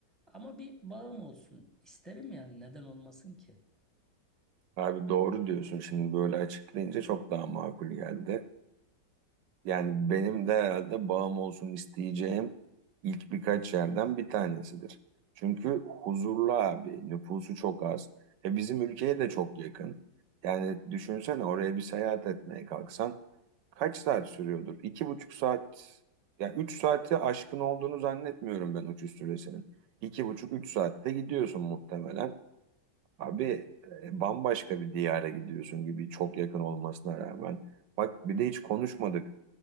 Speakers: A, in the centre; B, on the right.
A: Ama bir bağım olsun isterim yani neden olmasın ki?
B: Abi doğru diyorsun şimdi böyle açıklayınca çok daha makul geldi. Yani benim de herhalde bağım olsun isteyeceğim ilk birkaç yerden bir tanesidir. Çünkü huzurlu abi, nüfusu çok az. E bizim ülkeye de çok yakın. Yani düşünsene oraya bir seyahat etmeye kalksan kaç saat sürüyordur? İki buçuk saat, ya üç saati aşkın olduğunu zannetmiyorum ben uçuş süresinin. İki buçuk, üç saatte gidiyorsun muhtemelen. Abi e, bambaşka bir diyara gidiyorsun gibi çok yakın olmasına rağmen. Bak bir de hiç konuşmadık.